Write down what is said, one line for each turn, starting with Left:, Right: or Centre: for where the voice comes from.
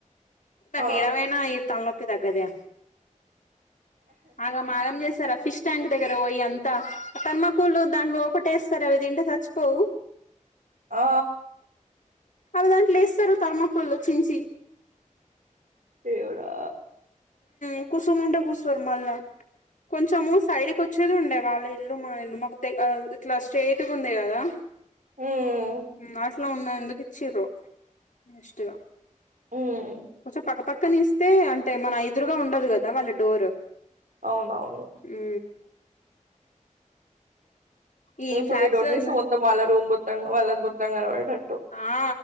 Left: నాకు
Right: ఆ
Left: ఏడ వేయిన ఈ తలనొప్పి తగ్గదే ఆగమాగం చేస్తారు ఆ ఫీష్ ట్యాంక్ దగ్గర పోయి అంతా తర్మకోల్ దాని లోపల ఏస్తారు అవి తింటే చచ్చిపోవు
Right: ఆ
Left: అవి దాంట్లో వెస్తారు తర్మకోల్ చుంచి
Right: దేవుడా
Left: ఉ కుసోమంటే కుసోరు మళ్ళ కొంచెము సైడ్కి వచ్చేది ఉండే వాళ్ళ ఇల్లు మా ఇల్లు మాకు తె ఇట్లా స్ట్రేట్గా ఉంది కదా
Right: ఉమ్.
Left: నాట్లా ఉన్న ఎందుకు ఇచ్చిరో వెస్ట్ గా
Right: ఉమ్
Left: కొంచం పక్కపక్కని ఇస్తే అంటే మన ఎదురుగా ఉండదు కదా వాళ్ళ డోరు
Right: అవునవును
Left: ఉ ఈ
Right: ఇప్పుడు
Left: ఫ్లాట్స్లల్ల
Right: మీ డోర్ తీస్తే మొత్తం వాళ్ళ రూమ్ మొత్తంగా వాళ్ళ మొత్తం కనాబడేటట్లు
Left: ఆ